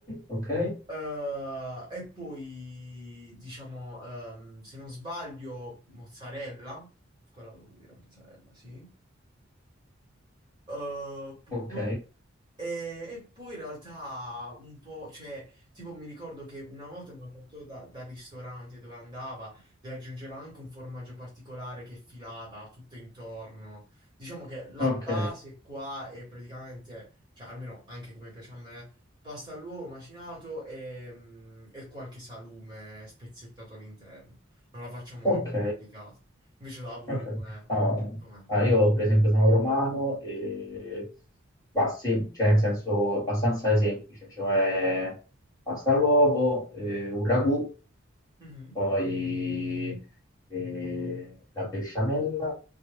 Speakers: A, on the left; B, on the right.
A: ok,
B: Eh, e poi, diciamo, ehm, se non sbaglio, mozzarella, quella era mozzarella, sì. Eh, pu-
A: ok,
B: pu- E, e poi in realtà un po', cioè, tipo mi ricordo che una volta me la portò da- dal ristorante dove andava, gli aggiungeva anche un formaggio particolare che filava tutto intorno. Diciamo che la
A: ok,
B: base qua è praticamente, cioè almeno anche come piace a me, pasta all'uovo macinato e, mm, e qualche salume spezzettato all'interno. Non la facciamo
A: ok.
B: troppo complicata. Invece da voi
A: Ok.
B: com'è?
A: No,
B: Com'è?
A: ah, io per esempio sono romano e va sem- cioè nel senso abbastanza semplice, cioè pasta all'uovo, eh, un ragù,
B: Mhm.
A: poi eh, la besciamella,